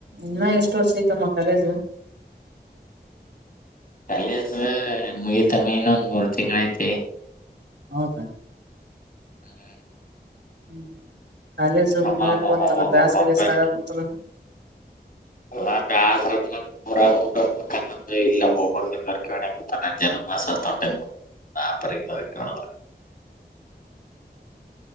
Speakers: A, on the right (about 85°); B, on the left (about 55°).
A: ಇನ್ನ ಎಷ್ಟ್ ವರ್ಷ ಐತಮ್ಮ ಕಾಲೇಜ್.
B: ಕಾಲೇಜು ಮುಗಿತಮ್ಮ ಇನ್ನೊಂದ್ ಮೂರು ತಿಂಗ್ಳ್ ಐತಿ.
A: ಹೌದ.
B: ಹ್ಮ್
A: ಹ್ಮ್ ಕಾಲೇಜು ಮುಗ್ಯಾಕ್
B: ಅಬ್ಬಾ ಅಬ್ಬಾ ಅಬ್ಬಾ
A: ಅಂತಲ್ಲ
B: ಅಬ್ಬಾ
A: ಬ್ಯಾಸಿಗೆ
B: ಅಬ್ಬಾ ಅಬ್ಬಾ.
A: ಸಾಗಕ್ ಕುಂತಲ್ಲ
B: ಎಲ್ಲಾ ಬ್ಯಾಸ್ರ್ <unintelligible> ಇಲ್ಲ ಹೋಗಬ ಕರ್ಕಿ ಆಗ್ತಾನ ಜನ್ ಮಾಸ <unintelligible> <unintelligible>